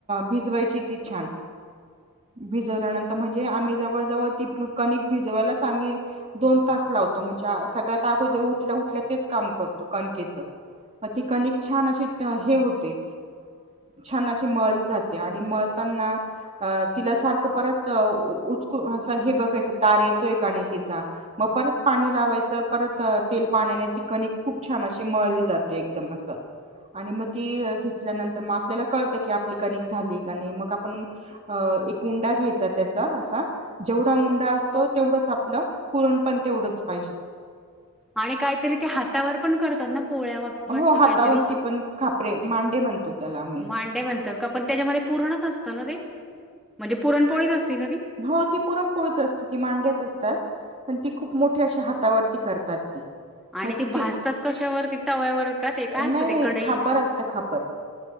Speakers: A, on the right; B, in the centre.
A: भिजवायची ती छान, भिजवल्यानंतर म्हणजे आम्ही जवळ जवळ हो ती कणिक भिजवायलाच आम्ही दोन तास लावतो. म्हणजे सगळ्यात अगोदर उठल्या-उठल्या तेच काम करतो कणकेच. मग ते कणिक छान अशी हे होते. छान अशी मळलि जाते. आणि म मळताना तिला सारखं परत उचलून अस हे बघायचं तारे येतोय का नाही कणकीचा. मग परत पाणी लावायचं, परत तेल पाण्याने ती कणिक खूप छान अशी मळली जाते, एकदम असं आणि मग ती घेतल्यानंतर मग आपल्याला कळत की, आपली कणिक झाली का नाही मग आपण एक उंडा घ्यायचा त्याचा असा, जेवढा उंडा असतो तेवढंच आपलं पुरण पण तेवढंच पाहिजेत.
B: आणि काहीतरी ते हातावर पण करतात ना, पोळ्या वाटत
A: हो वगैरे, हातावरती
B: काहीतरी?
A: पण खापरे मांडे म्हणतो त्याला आम्ही.
B: मांडे म्हणतात का? पण त्याच्यामध्ये पूरणच असतं ना ते? म्हणजे पुरणपोळीच असती ना ती
A: हो ती पुरण पोळीच असते, ती मांड्याच असतात. पण ती खूप मोठी, अशा हातावरती करतात ती.
B: आणि
A: मग
B: ते
A: तिची
B: भाजतात कशावरती? तव्यावर का ते काय असतं
A: नाही
B: ते
A: नाही
B: कढई
A: खापर असतं खापर.